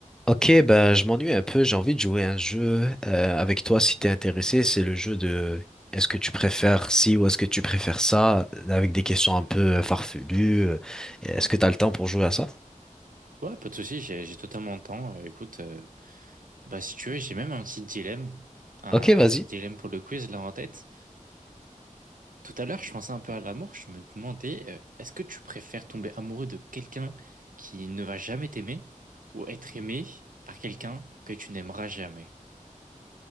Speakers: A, in the centre; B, on the right.
A: Ok, bah, je m'ennuie un peu, j'ai envie de jouer à un jeu euh, avec toi si t'es intéressé. C'est le jeu de est-ce que tu préfères ci ou est-ce que tu préfères ça, avec des questions un peu euh, farfelues. euh, Est-ce que t'as le temps pour jouer à ça?
B: Ouais, pas de souci, j'ai j'ai totalement le temps. Euh, écoute, euh, bah si tu veux, j'ai même un petit dilemme, un,
A: Ok, vas-y.
B: un petit dilemme pour le quiz là en tête. Tout à l'heure, je pensais un peu à l'amour, je me demandais, euh, est-ce que tu préfères tomber amoureux de quelqu'un qui ne va jamais t'aimer ou être aimé par quelqu'un que tu n'aimeras jamais?